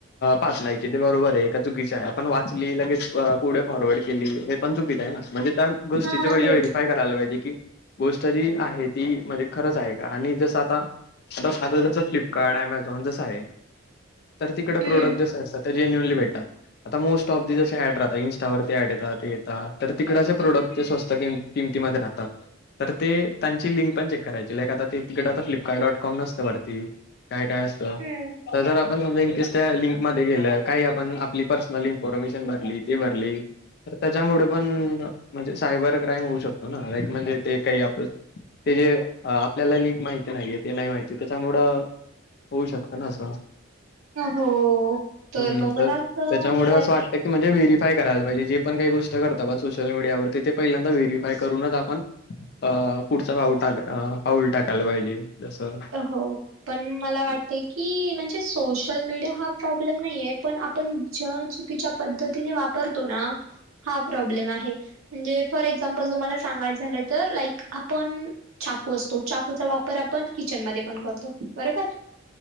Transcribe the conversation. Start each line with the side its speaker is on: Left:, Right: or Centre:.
Left: पाच नाही कि ते बरोबर आहे का चुकीचे आहे आपण वाचली लगेच पुढे फॉरवर्ड केली हे पण चुकीच आहे ना. म्हणजे त्या गोष्टीचे
Right: हां,
Left: पहिले
Right: तेच.
Left: व्हेरीफय करायला पाहिजे की गोष्ट जी आहे ती म्हणजे खरंच आहे का आणि जसं आता आ आ जसं फ्लिपकार्ट अमेझॉन जसं आहे तर तिकडे
Right: हं.
Left: प्रोडक्ट जस अस जेन्युअली भेटतात आता मोस्ट ऑफ जसे ऍड राहात इंस्टावर ऍड येतात ते येतात. तिकड असे प्रोडक्ट ते स्वस्त कि किमतीमध्ये राहता. तर ते त्यांची लिंक पण चेक करायची लाईक आता ते तिकडडे आता फ्लिपकार्ट डॉट कॉम नसतं भरती. काय काय असतं
Right: हं.
Left: तर जर आपण समजा इनकेस त्या लिंकमध्ये गेलं काही आपण आपली पर्सनल इन्फॉर्मेशन भरली ते भरली तर त्याच्यामुळे पण म्हणजे सायबर क्राईम होऊ शकतो ना लाक म्हणजे ते काही आपलं ते जे आपल्याला न माहिती नाहीये ते नाही माहिती त्याच्यामुळं होऊ शकतं ना असं
Right: हो तर
Left: हम्म
Right: मग मला असं
Left: त्याच्यामुळे
Right: लाईक
Left: वाटतं म्हणजे व्हेरीफय करायला पाहिजे पण काही गोष्ट करत बस सोशल मीडियावर ते पहिंदा व्हेरीफाय करूनच आपण अ पुढचा पाऊल टाका पाऊल टाकायला पाहिजे. जसं
Right: हो पण मला वाटते की म्हणजे सोशल मीडिया हा प्रॉब्लेम नाहीय पण आपण ज चुकीच्या पद्धतीने वापरतो ना हा प्रॉब्लेम आहे म्हणजे फॉर एक्झाम्पल तुम्हाला सांगायच झालं तर लाईक आपण चाकू असतो चाकूचा वापर आपण किचन मध्ये पण करतो बरोबर